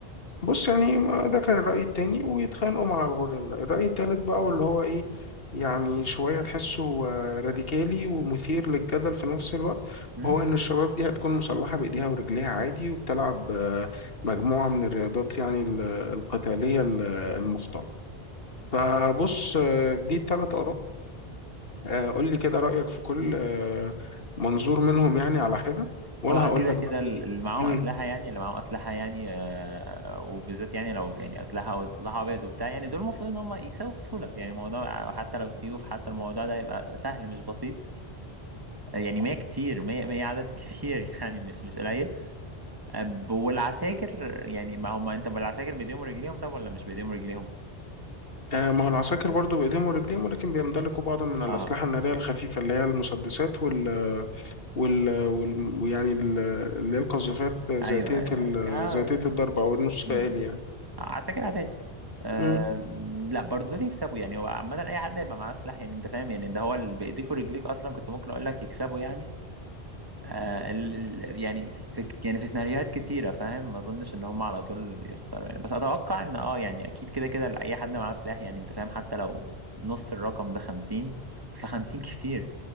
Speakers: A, on the left; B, on the right.
A: بص يعني ما- ده كان الرأي التاني ويتخانقوا مع الغوريلا الرأي التالت بقى واللي هو إيه يعني شوية تحسه آه، راديكالي ومثير للجدل في نفس الوقت
B: امم
A: وهو إن الشباب دي هتكون مسلحة بإيديها ورجليها عادي وبتلعب آه، مجموعة من الرياضات يعني ال- القتالية ال- المختلطة فبص آه، دي التلات آراء آه، قول لي كده رأيك في كل آه، منظور منهم يعني على حدة وانا
B: هو
A: هقول
B: كده
A: لك
B: كده
A: بقى
B: ال-
A: ايه
B: اللي معاهم
A: مم.
B: اسلحه يعني اللي معاهم اسلحه يعني آه وبالذات يعني لو يعني اسلحه او سلاح ابيض وبتاع يعني دول المفروض ان هم يكسبوا بسهوله يعني الموضوع حتى لو سيوف حتى الموضوع ده يبقى سهل مش بسيط آه، يعني 100 كتير 100 100 عدد كبير <laughs> يعني مش مش قليل آه، والعساكر يعني ما هم انت بالعساكر بايديهم ورجليهم طب ولا مش بايديهم ورجليهم
A: آه، ما هو العساكر برضو بايديهم ورجليهم ولكن بيمتلكوا بعضا من الأسلحة
B: اه
A: النارية الخفيفة اللي هي المسدسات وال وال وال- ويعني ال- اللي هي القذافات ذاتية
B: ايوه ايوه
A: ال-
B: ايوه آه.
A: ذاتية الضرب او النصف
B: م- م.
A: آلي
B: عساكر عادية آم،
A: يعني
B: لا برضه دول يكسبوا يعني هو عامة أي حد هيبقى معاه سلاح يعني أنت فاهم يعني ده هو اللي بإيديك ورجليك أصلا كنت ممكن أقول لك يكسبوا يعني آه ال ال يعني في يعني في سيناريوهات كتيرة فاهم ما أظنش إن هم على طول يخسروا يعني بس أتوقع إن أه يعني أكيد كده كده أي حد معاه سلاح يعني أنت فاهم حتى لو نص الرقم ده خمسين أصل خمسين كتير